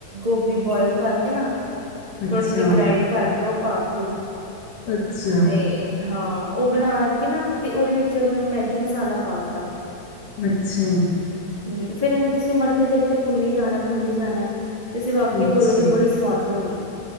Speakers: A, on the right; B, on the left.
A: ਗੋਭੀ ਬੋਇਲ ਕਰਕੇ ਨਾ
B: ਅੱਛਾ,
A: ਥੋੜੀ-ਥੋੜ੍ਹੀ ਗ੍ਰੈਈਂਡ ਕਰਕੇ ਔ ਪਾਤੀ।
B: ਅੱਛਾ।
A: ਤੇ ਹਾਂ, ਔ ਬਾਨ ਕੇ ਨਾ ਤੇ ਔਦੇ ਵਿੱਚ ਉਹਨ ਮੈਗੀ ਮਸਾਲਾ ਪਾਤਾ।
B: ਅੱਛਾਂ!
A: ਹੰ, ਫੇਰ ਏਨੂੰ ਤੁਸੀਂ ਮੱਠੇ ਸੇਕ ਤੇ ਪੁੰਨੀ ਜਾਨੈ-ਪੁੰਨੀ ਜਾਨੈ। ਤੁਸੀਂ ਵਾਕੇ
B: ਅੱਛਾ।
A: ਬੋਲੋਗੇ ਬੜੀ ਸਵਾਦ ਬਨੀ ਏ।